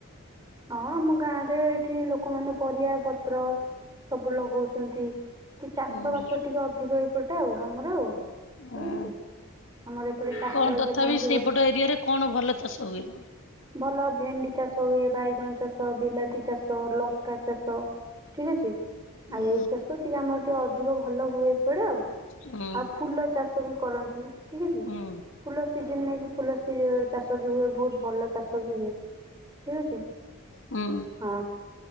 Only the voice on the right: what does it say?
ହଁ ଆମ ଗାଁରେ ଏଠି ଲୋକମାନେ ପରିବା ପତ୍ର ସବୁ ଲଗଉଚନ୍ତି। କି ଚାଷ
ବାସ ଟିକେ ଅଧିକ ଏଇପଟେ ଆଉ ଆମର ଆଉ। ଠିକ୍
ଅଛି ଆମର ଏପଟେ ଚାଷ
ଯେକୌଣସି
ଗୋଟେ
ଭଲ ଭେଣ୍ଡି, ଚାଷ ହୁଏ ବାଇଗଣ, ଚାଷ ବିଲାତି, ଚାଷ ଲଙ୍କା, ଚାଷ। ଠିକ୍ ଅଛି
ଆଉ ଏଇ ଚାଷ ଟିକେ ଆମର ଟିକେ ଅଧିକ ଭଲ ହୁଏ ଏପଡ଼େ ଆଉ।
ଆଉ ଫୁଲ ଚାଷ ବି କରନ୍ତି। ଠିକ୍ ଅଛି
ଫୁଲ ସିଜନ୍ ନେଇକି ଫୁଲ ସିଏ ଚାଷ ବି ହୁଏ ବହୁତ ଭଲ ଚାଷ ବି ହୁଏ ଠିକ୍ ଅଛି
ହଁ।